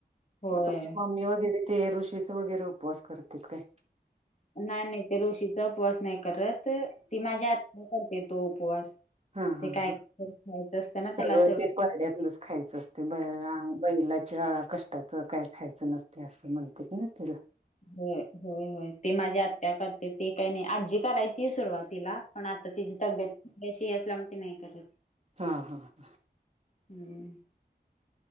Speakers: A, on the left; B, on the right.
A: होय.
B: मग तुमची मम्मी वगैरे ते ऋषीचा वगैरे उपवास करत काय
A: नाही नाही ते ऋषीचा उपवास नाही करत.. ती माझ्या आत करते तो उपवास
B: हा हा
A: ते काय
B: ह
A: खायचं असतं ना त्याला
B: सगळं ते परड्यातलंच खायचं असते ब बैला कष्टाच काय खायचं नसते असं म्हणते ना तिला
A: हो होय होय ते माझी आत्या करते ते काही नाही आजी करायची सुरुवातीला पण आता तिची तब्येत्याशी असल्यामुळे ती नाही करत
B: हा हा हां
A: हम्म